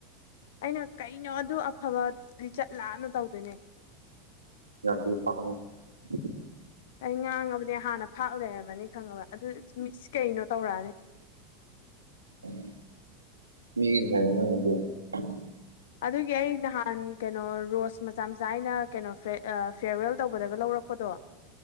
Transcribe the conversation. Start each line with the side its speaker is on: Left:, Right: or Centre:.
Left: ꯑꯩꯅ ꯀꯩꯅꯣ ꯑꯗꯨ ꯑꯐꯕ ꯂꯤꯆꯠꯂꯥꯑꯅ ꯇꯧꯗꯣꯏꯅꯦ
Right: ꯌꯥ ꯐꯔꯣ <unintelligible>
Left: ꯑꯩ ꯉꯥꯡꯉꯕꯨꯗꯤ ꯍꯥꯟꯅ ꯐꯥꯛ ꯂꯩꯔꯝꯃꯅꯤ ꯈꯪꯉꯕ ꯑꯗꯨ ꯀꯩꯅꯣ ꯇꯧꯔꯛꯑꯅꯤ
Right: ꯍꯥꯏ
Left: ꯑꯗꯨꯒꯤ ꯑꯩ ꯅꯍꯥꯟ ꯀꯩꯅꯣ ꯔꯣꯁ ꯃꯆꯥ ꯃꯆꯥ ꯑꯩꯅ ꯀꯩꯅꯣ ꯐꯤꯌꯔꯋꯦꯜ ꯇꯧꯕꯗꯒ ꯂꯧꯔꯛꯄꯗꯣ